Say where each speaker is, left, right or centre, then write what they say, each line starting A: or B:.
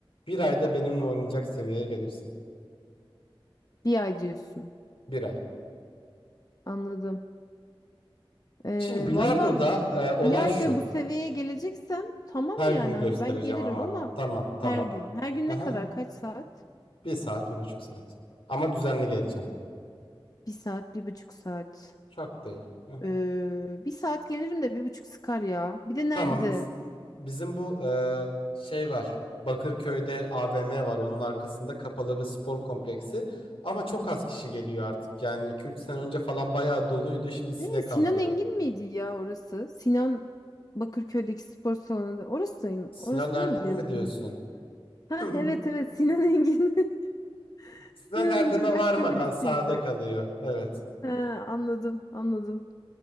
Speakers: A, on the left; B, on the left.
A: bir ayda benimle oynayacak seviyeye gelirsin.
B: Bir ay diyorsun.
A: Bir ay.
B: Anladım. Ee,
A: Şimdi bilardoda
B: valla
A: e, olay
B: bir ayda
A: şu
B: bu seviyeye geleceksem tamam
A: her
B: yani
A: günü
B: hani
A: göstereceğim
B: ben gelirim
A: ama
B: ama
A: tamam tamam.
B: her gün. Her gün
A: Aha,
B: ne kadar? Kaç saat?
A: bir saat bir buçuk saat ama düzenli geleceksin.
B: Bir saat, bir buçuk saat.
A: Çok değil. Aha.
B: Ee, bir saat gelirim de bir buçuk sıkar ya. Bir de nerede?
A: Tamam. s- Bizim bu e, şey var. Bakırköy'de AVM var. Onun arkasında kapalı bir spor kompleksi. Ama çok az kişi geliyor artık. Yani iki üç sene önce falan bayağı doluydu. Şimdi sinek
B: Ne? Sinan
A: avlıyor.
B: Engin miydi ya orası? Sinan Bakırköy'deki spor salonu. Orasıyım.
A: Sinan
B: Orasını
A: Erdem
B: mı diyorsun?
A: mi diyorsun?
B: Ha
A: <laughs>
B: evet evet Sinan Engin. <laughs>
A: Sinan
B: Sinan
A: Erdem'e
B: Engin başka
A: varmadan
B: birisiydi.
A: sağda kalıyor. Evet.
B: Ha anladım anladım.